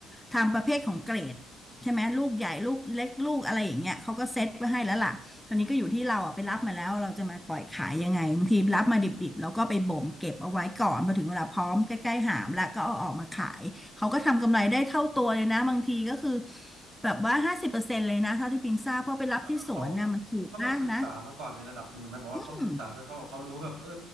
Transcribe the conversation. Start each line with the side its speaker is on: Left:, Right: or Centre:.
Centre: ตามประเภทของเกรดใช่ไหมลูกใหญ่ลูกเล็กลูกอะไรอย่างเงี้ยเขาก็เซ็ตไว้ให้แล้วล่ะ คราวนี้ก็อยู่ที่เราอ่ะไปรับมาแล้วเราจะมาปล่อยขายยังไงบางทีรับมาดิบๆแล้วก็ไปบ่มเก็บเอาไว้ก่อนพอถึงเวลาพร้อมใกล้ๆหามแล้วก็เอาออกมาขายเขาก็ทำกำไรได้เท่าตัวเลยนะบางทีก็คือแบบว่าห้าสิบเปอร์เซ็นต์เลยนะเท่าที่ปิงทราบเพราะไปรับที่สวนนะมันถูกมากนะ
Right: แบบเขาคือเขาแบบศึกษามาก่อนในระดับหนึ่งไหมบอกว่าเขาศึกษาจนเขาแบบเขารู้ว่าแบบเออ
Centre: <clears throat> อืม